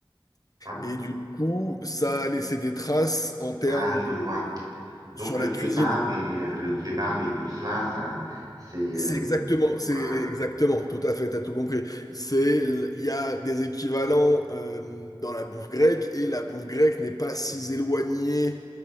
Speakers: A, on the right; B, on the left.
A: Ah, ben,
B: Et
A: non.
B: du coup, ça a laissé des traces en termes
A: Ah, je
B: de...
A: vois. Donc,
B: sur
A: le
B: la
A: kebab
B: cuisine.
A: et, euh, le kebab et tout cela, ça, c'est, euh,
B: C'est exactement, c'est
A: voilà,
B: exactement, tout à fait, t'as tout compris. C'est, l- il y a des équivalents euh, dans la bouffe grecque et la bouffe grecque n'est pas si éloignée